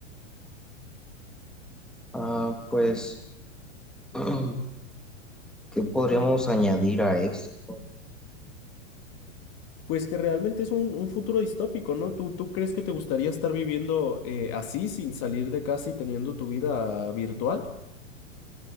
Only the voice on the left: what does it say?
Pues que realmente es un, un futuro distópico, ¿no? ¿Tú, tú crees que te gustaría estar viviendo eh, así, sin salir de casa y teniendo tu vida virtual?